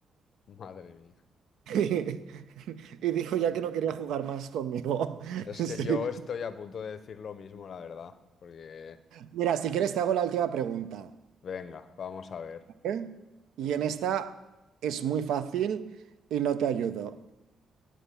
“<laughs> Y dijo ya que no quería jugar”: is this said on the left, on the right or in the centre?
Right